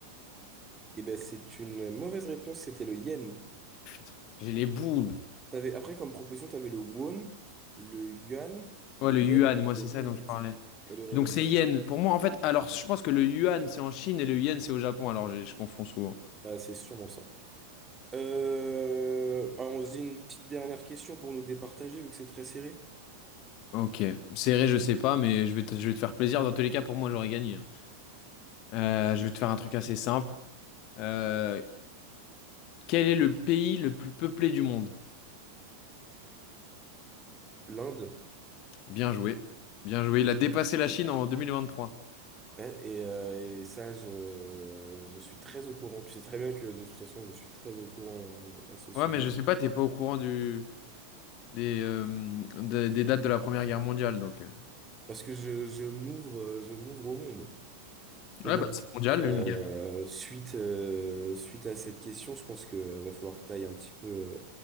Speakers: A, on the right; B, on the left.
A: Eh ben, c'est une mauvaise réponse, c'était le yen.
B: Putain, j'ai les boules.
A: T'avais, après, comme proposition, tu avais le won, le yuan, le
B: Ouais, le
A: yen
B: yuan, moi,
A: et
B: c'est
A: le
B: ça
A: ringgit.
B: dont je parlais.
A: Et le ringgit.
B: Donc, c'est yen. Pour moi, en fait, alors, je pense que le yuan, c'est en Chine et le yen, c'est au Japon. Alors, j'ai- je confonds souvent.
A: Bah, c'est sûrement ça. Euh, allons-y, une petite dernière question pour nous départager, vu que c'est très serré.
B: Ok. Serré, je sais pas, mais je vais te, je vais te faire plaisir. Dans tous les cas, pour moi, j'aurais gagné. hein. Euh, je vais te faire un truc assez simple. Euh, quel est le pays le plus peuplé du monde?
A: L'Inde.
B: Bien joué. Bien joué. Il a dépassé la Chine en 2023.
A: Ouais, Et, euh, et ça, je, je suis très au courant. Tu sais très bien que de toute façon, je suis très au courant à, à ce sujet.
B: Ouais, mais je sais pas, t'es pas au courant du, des, euh, des, des dates de la Première Guerre mondiale, donc. euh.
A: Parce que je, je m'ouvre, euh, je m'ouvre au monde. Mais
B: Ouais,
A: bon,
B: bah, c'est mondial,
A: euh,
B: l'une guerre.
A: suite, euh, suite à cette question, je pense que euh, va falloir que tu ailles un petit peu, euh,